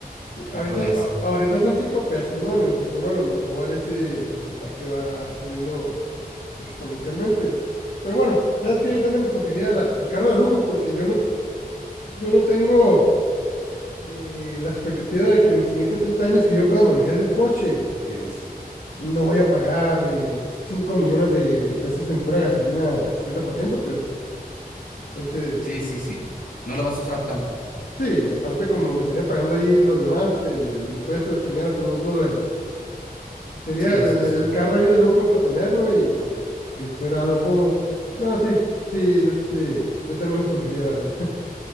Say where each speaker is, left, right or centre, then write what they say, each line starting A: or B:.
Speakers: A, on the left; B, on the left.
A: Sí,
B: ya
A: Ahorita,
B: con eso.
A: a- ahorita son 5 pesos, ¿no? En el futuro a lo mejor ese porcentaje va subiendo exponencialmente. Pero bueno, sabes que yo también escogería la, el carro de lujo porque yo no, yo no tengo eh, la expectativa de que en los siguientes 30 años que yo pueda manejar el coche, y pues no voy a pagar eh, 5 millones de, de pesos en pura gasolina al 50%, pues entonces,
B: Sí, sí, sí. No lo vas a usar tanto.
A: sí, y aparte como me estarían pagando ahí los demás, el, el impuesto, el chingar, pues no, no duele. Sería
B: Sí,
A: el,
B: sí,
A: el-
B: sí.
A: el carro ahí de lujo para tenerlo y pues que fuera algo cómodo. No, sí, sí, este, yo también lo escogería, la verdad.